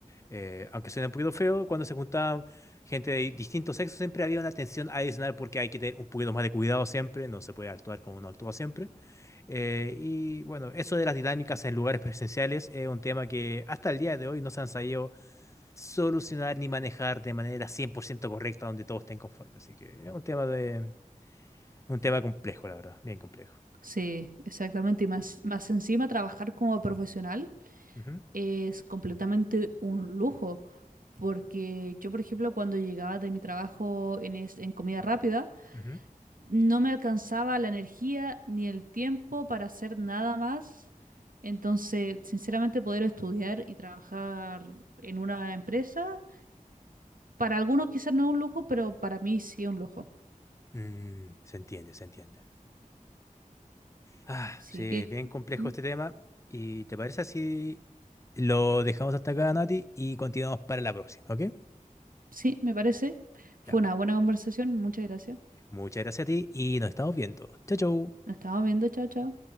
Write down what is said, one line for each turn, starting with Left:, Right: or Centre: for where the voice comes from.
Left: eh, aunque suena un poquito feo, cuando se juntaban gente de distintos sexos, siempre había una tensión adicional porque hay que tener un poquito más de cuidado siempre, no se puede actuar como uno actúa siempre. Eh, y bueno, eso de las dinámicas en lugares presenciales es un tema que hasta el día de hoy no se han sabido solucionar ni manejar de manera 100% correcta donde todos estén conformes. Así que es un tema de, un tema complejo, la verdad, bien complejo.
Right: Sí, exactamente. Y más, más encima, trabajar como profesional
Left: Ujú,
Right: es completamente un lujo. Porque yo, por ejemplo, cuando llegaba de mi trabajo en, es- en comida rápida,
Left: ujú.
Right: no me alcanzaba la energía ni el tiempo para hacer nada más. Entonces, sinceramente, poder estudiar y trabajar en una empresa, para algunos quizás no es un lujo, pero para mí sí es un lujo.
Left: Mm, se entiende, se entiende. Ah,
Right: Sí,
Left: sí, es
Right: que,
Left: bien complejo
Right: mm,
Left: este tema. ¿Y te parece así? Lo dejamos hasta acá, Nati, y continuamos para la próxima, ¿ok?
Right: sí, me parece. Fue
Left: Ya.
Right: una buena conversación. Muchas gracias.
Left: Muchas gracias a ti y nos estamos viendo. Chao, chao.
Right: Nos estamos viendo, chao, chao.